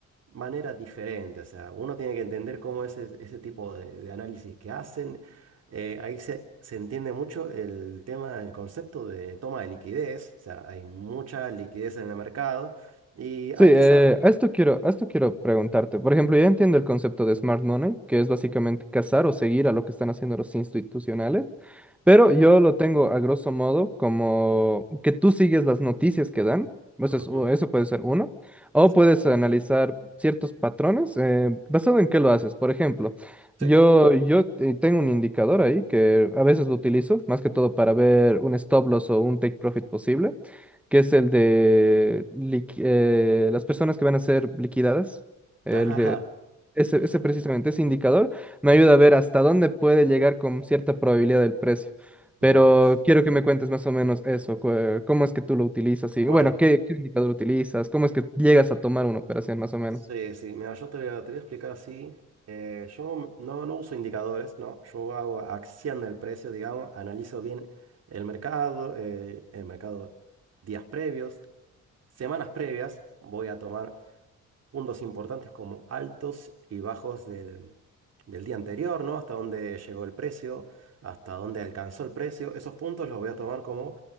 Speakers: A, on the right; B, in the centre.
A: manera diferente. O sea, uno tiene que entender cómo es ese, ese tipo de, de análisis que hacen. Eh, ahí se, se entiende mucho el tema, el concepto de toma de liquidez. O sea, hay mucha liquidez en el mercado y hay
B: Sí, eh,
A: que saber...
B: a esto quiero, a esto quiero preguntarte. Por ejemplo, ya entiendo el concepto de smart money, que es básicamente cazar o seguir a lo que están haciendo los institucionales, pero yo
A: Sí.
B: lo tengo a grosso modo como que tú sigues las noticias que dan, o
A: Ujú.
B: sea, o eso puede ser uno, o
A: Sí.
B: puedes analizar ciertos patrones, eh, basado en qué lo haces. Por ejemplo,
A: Sí.
B: yo, yo eh, tengo un indicador ahí que a veces lo utilizo, más que todo para ver un stop loss o un take profit posible que es el de liqui- eh, las personas que van a ser liquidadas. El,
A: <laughs> Ajá.
B: de- ese, ese precisamente, ese indicador me
A: Sí.
B: ayuda a ver hasta dónde puede llegar con cierta probabilidad del precio.
A: Mira
B: Pero
A: vos.
B: quiero
A: Sí.
B: que me cuentes más o menos eso, cu- eh, cómo es que tú lo utilizas
A: Bueno.
B: y bueno, ¿qué, qué indicador utilizas? ¿Cómo es que llegas a tomar una operación más o menos?
A: Sí, sí, mira, yo te voy a, te voy a explicar así. Eh, yo no, no uso indicadores, ¿no? Yo hago acción del precio, digamos, analizo bien el mercado, eh, el mercado días previos, semanas previas, voy a tomar puntos importantes como altos y bajos del, del día anterior, ¿no? Hasta dónde llegó el precio, hasta dónde alcanzó el precio. Esos puntos los voy a tomar como